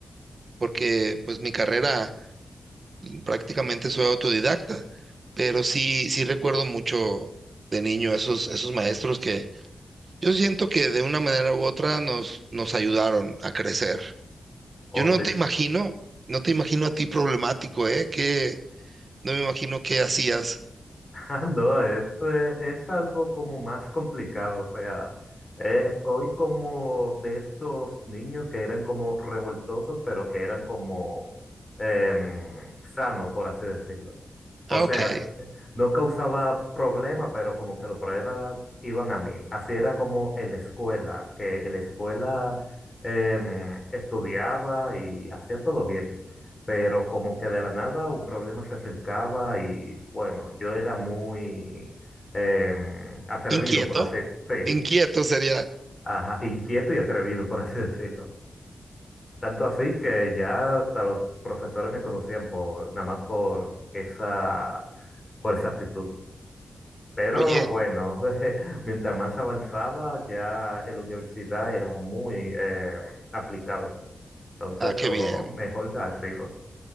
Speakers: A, on the right; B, on the left.
A: porque pues mi carrera prácticamente soy autodidacta, pero sí, sí recuerdo mucho de niño esos, esos maestros que yo siento que de una manera u otra nos, nos ayudaron a crecer.
B: Oh,
A: Yo no
B: sí.
A: te imagino, no te imagino a ti problemático, ¿eh? Que no me imagino qué hacías.
B: <laughs> Ah, No, es, eh, es algo como más complicado, o sea, eh, soy como de estos niños que eran como revoltosos, pero que eran como em, sano, por así decirlo.
A: Ah,
B: O sea,
A: ok.
B: no causaba problema, pero como que los problemas iban a mí. Así era como en la escuela, que en la escuela em, estudiaba y hacía todo bien, pero como que de la nada un problema se acercaba y bueno, yo era muy em, atrevido,
A: Inquieto.
B: por así, <laughs> sí,
A: Inquieto sería,
B: ajá, inquieto y atrevido, por así decirlo. Tanto así que ya hasta los profesores me conocían por, nada más por esa, por esa actitud. Pero
A: oye,
B: bueno, <laughs> mientras más avanzaba, ya en la universidad era muy eh, aplicado. Entonces
A: ah, qué
B: todo
A: bien.
B: mejor se ha sido.